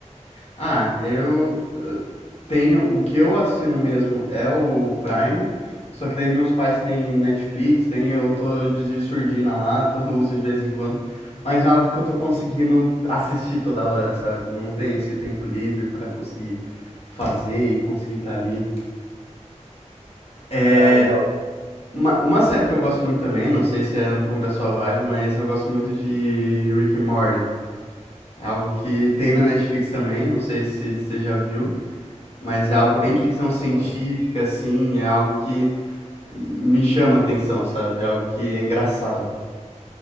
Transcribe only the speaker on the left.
Ah, eu tenho, o que eu assino mesmo é o Prime, só que daí meus pais têm Netflix, tem, eu tô de, de surdina lá, <laughs> tô, uso de vez em quando, mas é algo que eu tô conseguindo assistir toda hora, sabe? Não tem esse tempo livre pra conseguir fazer e conseguir estar ali. É
uma, uma série que eu gosto muito também, não sei se é um pouco da sua vibe, mas eu gosto muito de Rick and Morty. É algo que tem na Netflix também, não sei se você já viu, mas é algo
bem
ficção
científica,
assim, é algo que me chama atenção, sabe? É algo que é engraçado.